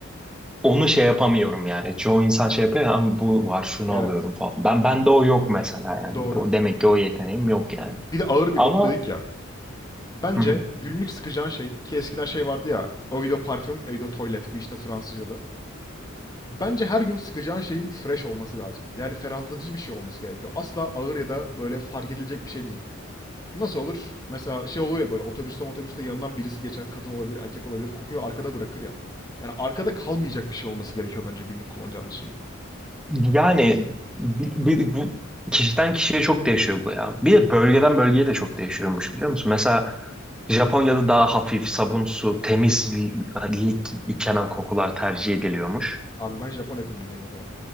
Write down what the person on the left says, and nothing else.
Evet.
Doğru.
Bir de ağır bir
koku dedik ya. Bence
günlük sıkacağın şey ki eskiden şey vardı ya. Eau de parfüm, eau de toilet bu işte Fransızca'da. Bence her gün sıkacağın şeyin fresh olması lazım. Yani ferahlatıcı bir şey olması gerekiyor. Asla ağır ya da böyle fark edilecek bir şey değil. Nasıl olur? Mesela şey olur ya böyle otobüste otobüste yanından birisi geçer. Kadın olabilir, erkek olabilir. Kokuyu arkada bırakır ya. Yani arkada kalmayacak bir şey olması gerekiyor bence günlük kullanacağımız şeyin.
Abi ben Japon ekolündeyim o zaman.